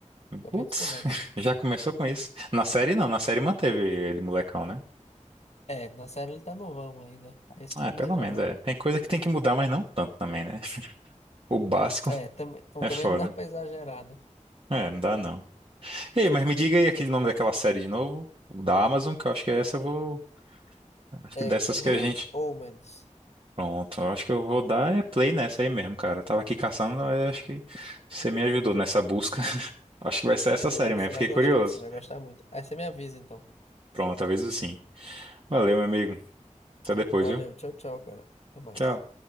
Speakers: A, on the left (about 60°); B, on the right (about 45°).
A: Fica bem
B: Putz,
A: desconexo.
B: <laughs> já começou com isso. Na série não, na série manteve ele molecão, né?
A: É, na série ele tá novão ainda. Aí isso
B: Ah,
A: ficou
B: pelo
A: mais da
B: menos,
A: hora.
B: é. Tem coisa que tem que mudar, mas não tanto também, né? O básico
A: É, tam, então
B: É
A: também
B: foda.
A: não dá pra exagerar, né?
B: É, não dá não. Ei, mas me diga aí aquele nome daquela série de novo, o da Amazon, que eu acho que é essa eu vou. Acho
A: É
B: que dessas
A: Good
B: que a gente.
A: Omens.
B: Pronto, eu acho que eu vou dar é play nessa aí mesmo, cara. Eu tava aqui caçando, mas eu acho que você me ajudou nessa busca. <laughs> Acho que vai ser essa
A: Vê
B: série
A: lá que
B: mesmo,
A: você
B: fiquei
A: vai gostar.
B: curioso.
A: Você vai gostar muito. Aí você me avisa então.
B: Pronto, talvez sim. Valeu, meu amigo. Até depois,
A: Valeu,
B: viu?
A: tchau, tchau, cara. Até mais.
B: Tchau.